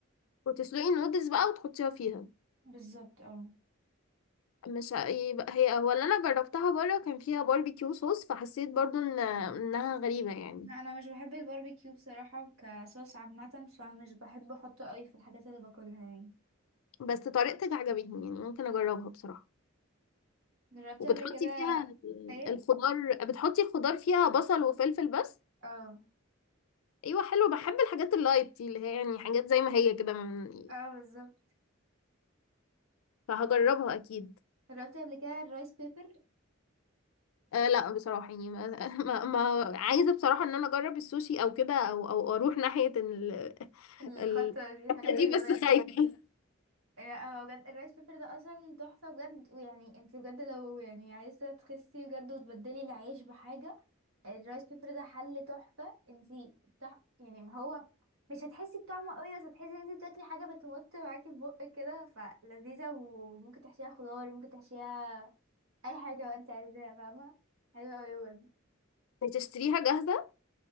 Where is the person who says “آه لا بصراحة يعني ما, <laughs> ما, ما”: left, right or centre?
Left